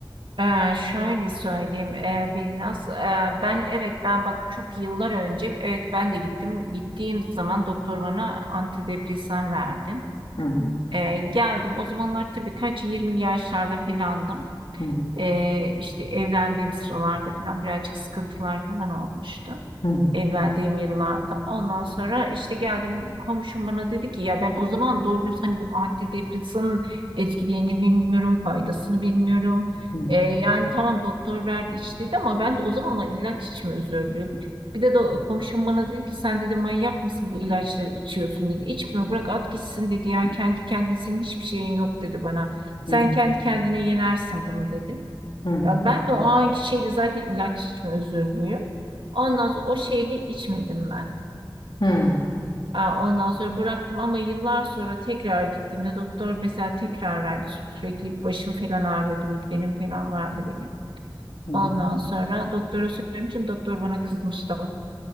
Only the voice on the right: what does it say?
Ee, şöyle söyleyeyim ee, bir nasıl ee, ben evet ben bak çok yıllar önce evet ben de gittim gittiğim zaman doktor bana antidepresan verdi
Ee, geldim o zamanlar tabii kaç 20 yaşlarda falandım
Ee, işte evlendiğim sıralarda falan birazcık sıkıntılar falan olmuştu.
Evlendiğim yıllarda. Ondan sonra işte geldim komşum bana dedi ki ya ben o zaman doğru düz hani bu antidepresanın etkilerini bilmiyorum, faydasını bilmiyorum.
Ee, yani tamam doktor verdi iç dedi ama ben de o zamanlar ilaç içimi özürdüm. Bir de, de komşum bana dedi ki sen dedi manyak mısın bu ilaçları içiyorsun dedi. İçme bırak at gitsin dedi ya kendi kendine senin hiçbir şeyin yok dedi bana. Sen
kendi kendine yenersin bunu dedi.
Ya ben de o anki şeyle zaten ilaç içme özürlüyüm. Ondan sonra o şeyle içmedim ben.
Aa, Ondan sonra bıraktım ama yıllar sonra tekrar gittiğimde doktor mesela tekrar verdi. Sürekli başım falan ağrıyordu, migrenim falan vardı benim.
Ondan
sonra doktora söylemiştim. Doktor bana kızmıştı